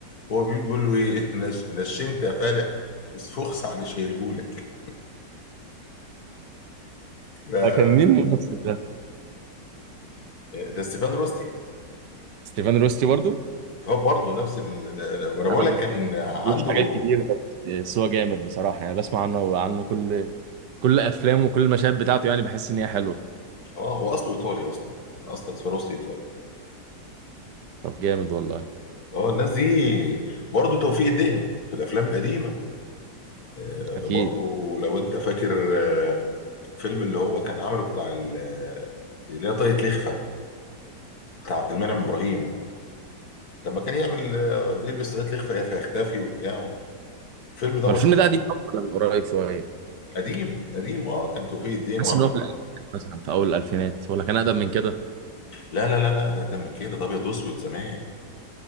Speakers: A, on the left (about 55°); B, on the right (about 70°).
A: هو بيموت بيقول له ايه <laughs> نش... نشنت يا فالح بس فخس عن شايلهولك ف... آه،
B: كان مين الممثل ده؟
A: ده ستيفان روستي يعني.
B: ستيفان روستي برضو؟
A: هو برضه نفس ال... وانا بقول
B: انا ما
A: لك كان
B: شفتلوش
A: عنده
B: حاجات كتير بس بس هو جامد بصراحة يعني بسمع عنه وعنه كل كل أفلامه وكل المشاهد بتاعته يعني بحس إن هي حلوة
A: اه هو اصله ايطالي اصلا انا اصلا ستيفان روستي ايطالي
B: طب جامد والله
A: اه الناس دي برضه توفيق الدين في الافلام القديمه آه،
B: أكيد
A: برضو لو انت فاكر آه، فيلم اللي هو كان عمله بتاع ال- آه، اللي هي طاقية لخفة بتاع عبد المنعم ابراهيم لما كان يعمل آه، يلبس طاقية لخفة فيختفي وبتاع الفيلم ده
B: هو الفيلم
A: مشهور
B: ده قديم أوي ولا من قريب شوية؟
A: قديم قديم اه كان توفيق الدين
B: بحس
A: وعبد
B: إن هو
A: المنعم
B: في الألفينات مثلا في أول الألفينات ولا كان أقدم من كده؟
A: لا لا لا لا ده ده من كده ده ابيض واسود زمان